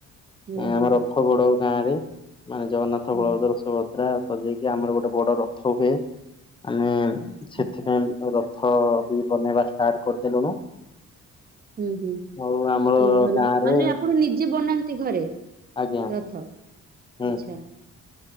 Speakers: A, on the right; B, on the left.
A: ହୁଁ ହୁଁ
B: ଆମ ରଥ ବଡଉ ଗାଁ ରେ ମାନେ ଜଗନ୍ନାଥ ରଥ
A: ହୁଁ
B: ବଳଭଦ୍ର, ସୁଭଦ୍ରା ସଜେଇକି ଆମର ଗୋଟେ ବଡ ରଥ ହୁଏ। ଆମେ ସେଥିପାଇଁ
A: ହୁଁ।
B: ରଥ ବି ବନେଇବା ଷ୍ଟାର୍ଟ କରିଦେଲୁଣୁ।
A: ହୁଁ-ହୁଁ
B: ଆଉ ଆମର
A: ବହୁତ୍ ଭଲ
B: ଗାଁରେ
A: ମାନେ ଆପଣ ନିଜେ ବନାନ୍ତି ଘରେ?
B: ଆଜ୍ଞା
A: ରଥ ଆଚ୍ଛା।
B: ହୁଁ